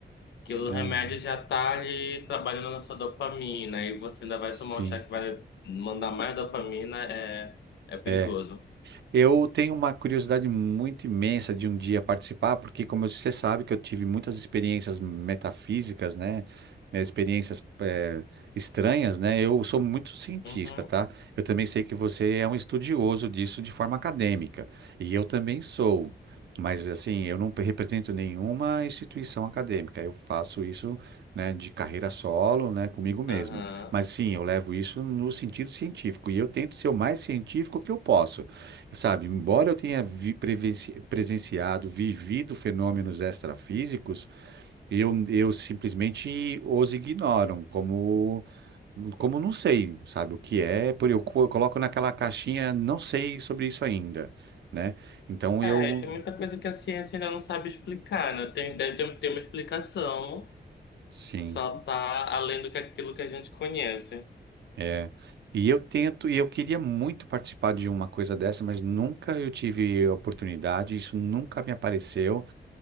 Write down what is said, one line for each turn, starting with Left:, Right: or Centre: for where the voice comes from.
Left: Que
Right: S-
Left: o
Right: ah,
Left: remédio já tá ali trabalhando na sua dopamina e você ainda
Right: sim.
Left: vai tomar um chá que vai mandar mais dopamina, é, é perigoso.
Right: É. Eu tenho uma curiosidade muito imensa de um dia participar, porque, como você sabe, que eu tive muitas experiências metafísicas, né? eh, Experiências, eh, estranhas, né? Eu sou muito cientista,
Left: Uhum,
Right: tá? Eu também sei que você é um estudioso disso de forma acadêmica, e eu também sou. Mas, assim, eu não represento nenhuma instituição acadêmica. Eu faço isso, né, de carreira solo, né, comigo mesmo.
Left: aham.
Right: Mas, sim, eu levo isso no sentido científico, e eu tento ser o mais científico que eu posso. Sabe, embora eu tenha vi- prevenci- presenciado, vivido fenômenos extrafísicos, eu, eu simplesmente os ignoram como, como não sei, sabe, o que é, por eu, co- eu coloco naquela caixinha, não sei sobre isso ainda, né? Então
Left: É,
Right: eu,
Left: tem muita coisa que a ciência ainda não sabe explicar, né? Tem, deve ter, ter uma explicação.
Right: sim,
Left: Só tá além do que aquilo que a gente conhece.
Right: é. E eu tento, e eu queria muito participar de uma coisa dessa, mas nunca eu tive oportunidade, isso nunca me apareceu.